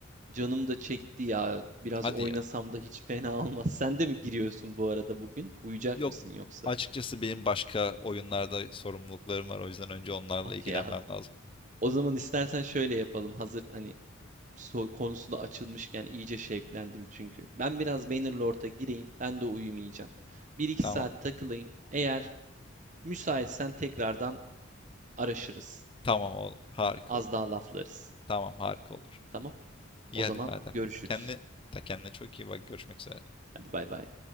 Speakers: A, on the right; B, on the left.
A: canım da çekti ya. Biraz
B: Hadi
A: oynasam
B: ya.
A: da hiç fena olmaz. Sen de mi giriyorsun bu arada bugün? Uyuyacak
B: Yok.
A: mısın yoksa?
B: Açıkçası benim başka oyunlarda sorumluluklarım var. O yüzden önce onlarla
A: Okey
B: ilgilenmem
A: abi.
B: lazım.
A: O zaman istersen şöyle yapalım. Hazır hani so- konusunda açılmışken iyice şevklendim çünkü. Ben biraz Bannerlord'a gireyim. Ben de uyumayacağım. bir iki
B: Tamam.
A: saat takılayım. Eğer müsaitsen tekrardan araşırız.
B: Tamam oğlum. Harika
A: Az
B: olur.
A: daha laflarız.
B: Tamam harika olur.
A: Tamam?
B: İyi
A: O zaman
B: hadi madem.
A: görüşürüz.
B: Kendi, ta kendine çok iyi bak. Görüşmek üzere.
A: Hadi bay bay.